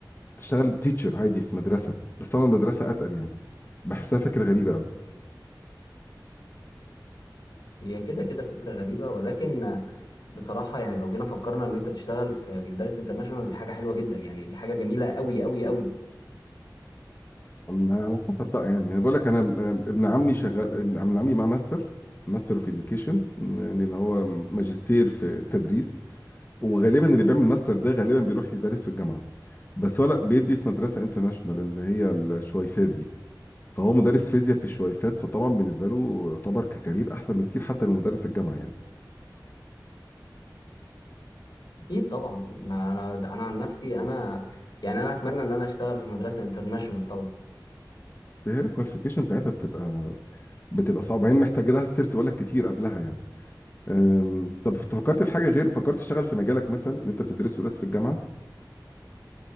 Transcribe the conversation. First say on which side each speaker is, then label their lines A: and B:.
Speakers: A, on the left; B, on the left.
A: تشتغل تيتشر عادي في مدرسه بس طبعا المدرسه اتقل يعني بحسها فكره غريبه قوي
B: هي كده كده فكره غريبه ولكن بصراحه يعني لو جينا فكرنا ان انت تشتغل في مدارس انترناشونال دي حاجه حلوه جدا يعني دي حاجه جميله قوي قوي قوي
A: أما على حسب بقى يعني انا بقول لك انا آه، ابن عمي شغال ابن ابن عمي مع ماستر ماستر اوف اديوكيشن يعني اللي هو ماجستير في التدريس وغالبا اللي بيعمل ماستر ده غالبا بيروح يدرس في الجامعه بس هو لا بيدي في مدرسه انترناشونال اللي هي الشويفات دي فهو مدرس فيزياء في الشويفات فطبعا بالنسبه له يعتبر ككارير احسن بكتير حتى من مدرس الجامعه يعني
B: اكيد طبعا ما انا انا عن نفسي انا يعني انا اتمنى ان انا اشتغل في مدرسه انترناشونال طبعا
A: هي الكواليفيكيشن بتاعتها بتبقى بتبقى صعبه هي محتاجه لها ستيبس بقول لك كتير قبلها يعني أم، طب انت فكرت في حاجه غير فكرت تشتغل في مجالك مثلا اللي انت بتدرسه دلوقتي في الجامعه